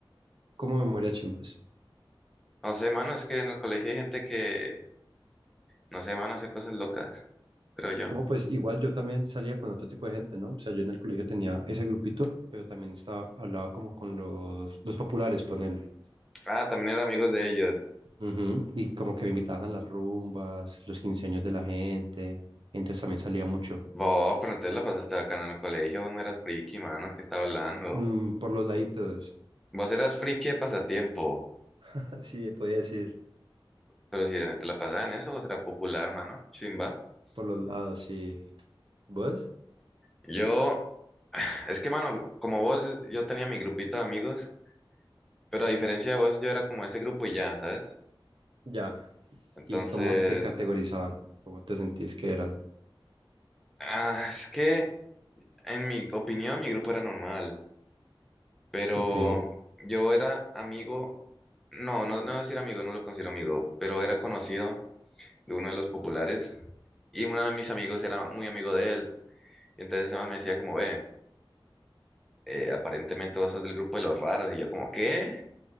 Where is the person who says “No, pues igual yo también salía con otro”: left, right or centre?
Right